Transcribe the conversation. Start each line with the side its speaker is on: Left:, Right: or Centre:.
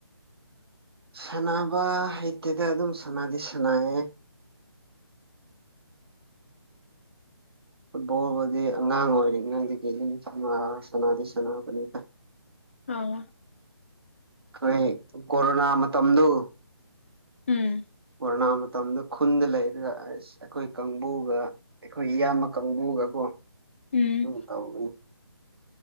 Right: ꯁꯥꯟꯅꯕ ꯍꯩꯇꯦꯗ ꯑꯗꯨꯝ ꯁꯥꯟꯅꯗꯤ ꯁꯥꯟꯅꯌꯦꯦ ꯐꯨꯠꯕꯣꯜꯕꯨꯗꯤ ꯑꯉꯥꯡ ꯑꯣꯏꯔꯤꯉꯩꯗꯗꯤ ꯑꯗꯨꯝ ꯁꯥꯟꯅ ꯁꯥꯟꯅꯗꯤ ꯁꯥꯟꯅꯕꯅꯤꯗ
Left: ꯑꯥ
Right: ꯈꯣꯏ ꯀꯣꯔꯣꯅꯥ ꯃꯇꯝꯗꯨ
Left: ꯎꯝ
Right: ꯀꯣꯔꯣꯅꯥ ꯃꯇꯝꯗ ꯈꯨꯟꯗ ꯂꯩꯔꯒ ꯑꯁ ꯑꯩꯈꯣꯏ ꯀꯥꯡꯕꯨꯒ ꯑꯩꯈꯣꯏ ꯏꯌꯥꯝꯕ ꯀꯥꯡꯕꯨꯒꯀꯣ
Left: ꯎꯝ
Right: ꯑꯗꯨꯝ ꯇꯧꯒꯅꯤ